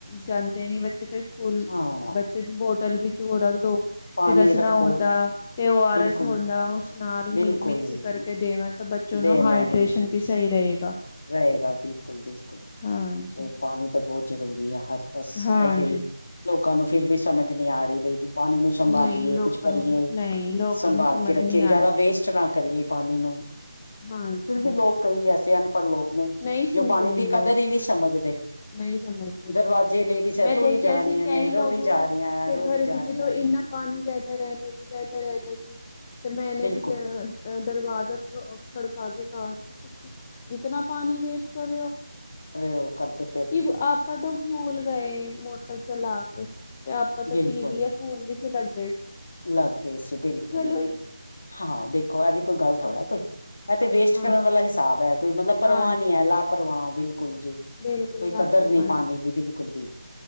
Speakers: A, on the left; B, on the left.
A: ਜਾਂਦੇ ਨੀ, ਬੱਚੇ ਤੇ ਸਕੂਲ
B: ਹਾਂ
A: ਬੱਚੇ ਦੀ ਬੋਟਲ ਵਿੱਚ ਹੋਰ ਦੋ
B: ਪਾਣੀ
A: ਤੇ ਰਸਨਾ
B: ਰੱਖੋ
A: ਹੁੰਦਾ, ਤੇ ਉਹ ਓ -ਆਰ
B: ਬਿਲਕੁਲ
A: -ਐਸ, ਹੁੰਦਾ ਉਸ ਨਾਲ
B: ਬਿਲਕੁਲ
A: ਮਿਲ ਮਿਕਸ ਕਰਕੇ ਦੇਵਾਂ ਤਾਂ ਬੱਚੋ
B: ਦੇਣ
A: ਨੂੰ ਹਾਈਡਰੇੇਸ਼ਨ
B: ਹੈ ਬਿਲਕੁਲ
A: ਵੀ ਸਹੀ ਰਹੇਗਾ
B: ਰਹੇਗਾ, ਬਿਲਕੁਲ -ਬਿਲਕੁਲ,
A: ਹਾਂਜੀ
B: ਹੋਰ ਪਾਣੀ ਤਾਂ ਬਹੁਤ ਜ਼ਰੂਰੀ ਆ, ਹਰ ਬਸ
A: ਹਾਂਜੀ
B: ਇਹ ਲੋਕਾਂ ਨੂੰ ਫਿਰ ਵੀ ਸਮਝ ਨਹੀਂ ਆ ਰਹੀ ਬਈ ਪਾਣੀ ਨੂੰ ਸੰਭਾਲੀਏ,
A: ਨਹੀਂ ਲੋਕਾਂ
B: ਕੁਛ ਕਰੀਏ,
A: ਨੂੰ ਨਹੀਂ ਲੋਕਾਂ
B: ਸੰਭਾਲ
A: ਨੂੰ ਸਮਝ
B: ਕੇ ਰੱਖੀਏ
A: ਨਹੀਂ
B: ਵੀ
A: ਆਉਂਦੀ
B: ਜ਼ਿਆਦਾ ਵੇਸਟ ਨਾ ਕਰੀਏ ਪਾਣੀ ਨੂੰ।
A: ਹਾਂਜੀ
B: ਫਿਰ ਵੀ
A: ਹਾਂਜੀ
B: ਲੋਕ ਕਈ ਐਸੇ ਹਨ ਪੜ ਲੋਕ ਨੇ,
A: ਨਹੀਂ ਸੁਣਦੇ
B: ਜੋ ਪਾਣੀ
A: ਨੀ
B: ਦੀ
A: ਲੋਕ
B: ਕਦਰ ਈ ਨੀ ਸਮਝਦੇ।
A: ਨਹੀਂ ਸਮਝਦੇ
B: ਦਰਵਾਜ਼ੇ ਲੇਡੀਜ਼ ਐ,
A: ਮੈਂ
B: ਧੋਈ
A: ਦੇਖਿਆ
B: ਜਾ ਰੀਆਂ
A: ਸੀ ਕਈ
B: ਨੇ, ਰੋੜੀ
A: ਲੋਕ
B: ਜਾ ਰੀਆਂ
A: ਕੇ
B: ਐ, ਰੋੜੀ
A: ਘਰ
B: ਜਾ
A: ਵਿੱਚ
B: ਰੀਆਂ
A: ਤੋਂ
B: ਐ।
A: ਇੰਨਾ ਪਾਣੀ ਵਹਿਦਾ ਰਹਿੰਦਾ ਸੀ, ਵਹਿਦਾ ਰਹਿੰਦਾ ਸੀ ਤੇ ਮੈਂਨੇ
B: ਬਿਲਕੁਲ
A: ਵੀ ਅ ਦਰਵਾਜ਼ਾ ਦ-ਅ-ਕ-ਖੜਕਾ ਕੇ ਆ, ਤੁਸੀ ਇਤਨਾ ਪਾਣੀ ਵੇਸਟ ਕਰ ਰਹੇ ਓ।
B: ਓ ਕਰਦੇ ਤ
A: ਕਿ ਆਪਾਂ, ਤਾਂ ਭੂਲ ਗਏ ਮੋਟਰ ਚਲਾ ਕੇ, ਤੇ ਆਪਾਂ ਤੋਂ
B: ਬਿਲਕੁਲ
A: ਟੀਵੀ ਜਾਂ ਫੋਨ ਵਿੱਚ ਲੱਗੇ
B: ਲੱਗ ਗਏ ਸੀ, ਬਿਲਕੁਲ
A: ਹੋਈ
B: ਹਾਂ ਦੇਖੋ, ਇਹ ਵੀ ਕੋਈ ਗੱਲ ਥੋੜ੍ਹਾ ਕੋਈ। ਇਹ ਤੇ ਵੇਸਟ
A: ਹਾਂਜੀ
B: ਕਰਨ ਵਾਲਾ ਹਿਸਾਬ ਹੈ, ਕੋਈ ਮਤਲਬ ਪਰਵਾਹ
A: ਹਾਂਜੀ
B: ਨੀ ਹੈ, ਲਾਪਰਵਾਹ ਬਿਲਕੁਲ ਜੀ,
A: ਬਿਲਕੁਲ
B: ਕੋਈ
A: ਲਾਪਰਵਾਹੀ
B: ਕਦਰ ਨਹੀਂ ਪਾਣੀ
A: ਜੀ
B: ਦੀ, ਬਿਲਕੁਲ ਵੀ